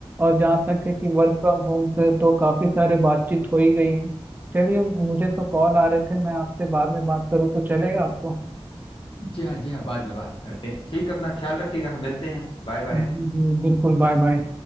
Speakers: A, on the right (about 20°); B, on the left (about 60°).
A: और जहाँ तक है कि वर्क फ्रॉम होम से तो काफी सारे बातचीत हो ही गई है चलिए मुझे तो कॉल आ रहे थे मैं आपसे बाद में बात करूँ तो चलेगा आपको
B: जी हाँ जी हाँ बाद में बात करते हैं ठीक अपना ख्याल रखिएगा मिलते हैं बाय बाय
A: जी, जी, बिल्कुल, बाय बाय।